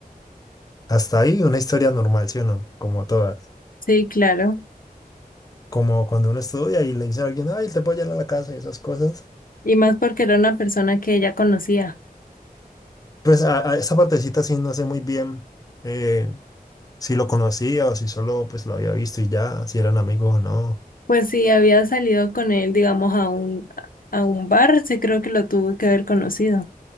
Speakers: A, on the left; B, on the left.
A: Hasta ahí una historia normal, ¿sí o no? Como todas.
B: Sí, claro.
A: Como cuando uno estudia y le dice a alguien, ay, te puedo llevar a la casa y esas cosas.
B: Y más porque era una persona que ella conocía.
A: Pues a, a esa partecita sí no sé muy bien. eh, si lo conocía o si solo pues lo había visto y ya, si eran amigos o no.
B: Pues sí, había salido con él, digamos, a un, a un bar, sí creo que lo tuvo que haber conocido.